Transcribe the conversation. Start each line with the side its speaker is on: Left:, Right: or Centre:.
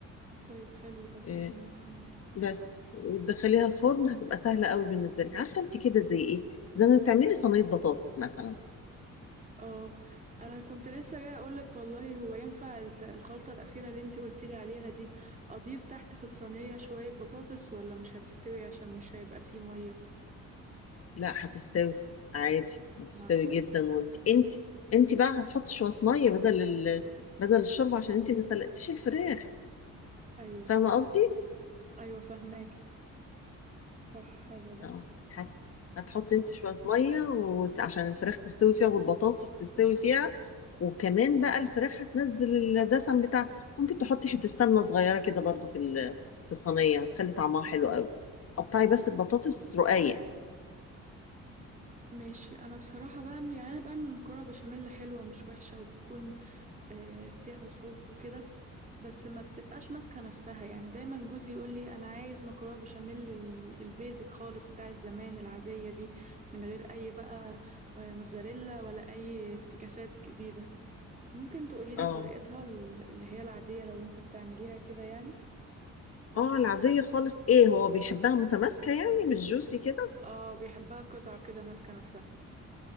Right: طيب حلو ده برضو
Left: إيه
Right: ممكن اعمله
Left: بس وتدخليها الفرن هتبقى سهله قوي بالنسبه لك عارفه انت كده زي ايه زي ما بتعملي صينيه بطاطس مثلا
Right: اه انا كنت لسه جاي اقولك والله هو ينفع الت- الخلطة الأخيرة اللي انتي قلتيلي عليها دي اضيف تحت في الصينية شوية بطاطس ولا مش هتستوي عشان مش هيبقى فيه مية
Left: لا هتستوي عادي هتستوي
Right: معقول
Left: جدا وانت انت انت بقى هتحطي شويه ميه بدل ال... بدل الشوربه عشان انت ما سلقتيش الفراخ
Right: ايوه
Left: فاهمه قصدي
Right: ايوه فهماك صح حلو ده
Left: اه هت... هتحط انت شوية مية وت... عشان الفراخ تستوي فيها والبطاطس تستوي فيها وكمان بقى الفراخ هتنزل الدسم بتاعها ممكن تحطي حتة سمنة صغيرة كده برضو في ال... في الصينية هتخلي طعمها حلو قوي قطعي بس البطاطس رقيق
Right: ماشي انا بصراحة بعمل يعني انا بعمل مكرونة بشاميل حلوة مش وحشة وبتكون آه، فيها صوص وكده بس ما بتبقاش ماسكة نفسها يعني دايما جوزي يقول لي انا عايز مكرونة بشاميل ال- البيزك خالص بتاعت زمان العادية دي من غير اي بقى موتزاريلا ولا اي افتكاسات جديدة ممكن تقولي لي
Left: اه
Right: طريقتها ال- اللي هي العادية لو انت بتعمليها كده يعني
Left: اه العادية خالص ايه هو بيحبها متماسكة يعني مش جوسي كده
Right: اه بيحبها قطع كده ماسكة نفسها